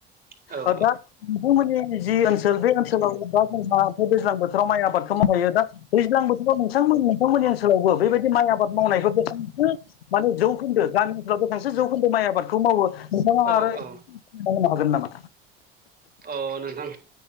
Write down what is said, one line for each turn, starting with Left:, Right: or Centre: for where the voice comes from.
Right: औ
Left: दा नोंथांमोननि जि ओनसोल बे ओनसोलाव दा जोंहा दैज्लां बोथोराव माइ आबादखौ मावहायो दा दैज्लां बोथोराव नोंथांमोन -नोंथांमोननि ओनसोलावबो बेबायदि माइ आबाद मावनायखौ माने जौखोन्दो गामि ओनसोलाव बांसो जौखोन्दो माइ आबादखौ मावो नोंथाङा
Right: औ
Left: आरो
Right: औ
Left: नो हागोन नामा
Right: औ नोंथां